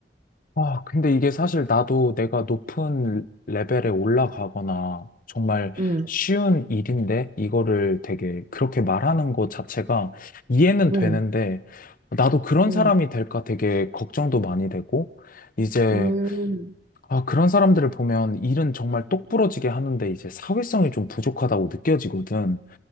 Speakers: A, on the left; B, on the right.
A: 아, 근데 이게 사실 나도 내가 높은 레벨에 올라가거나 정말
B: 음,
A: 쉬운 일인데 이거를 되게 그렇게 말하는 것 자체가 이해는 되는데
B: 음,
A: 나도 그런
B: 음,
A: 사람이 될까 되게 걱정도 많이 되고 이제
B: 음,
A: 아, 그런 사람들을 보면 일은 정말 똑부러지게 하는데 이제 사회성이 좀 부족하다고 느껴지거든.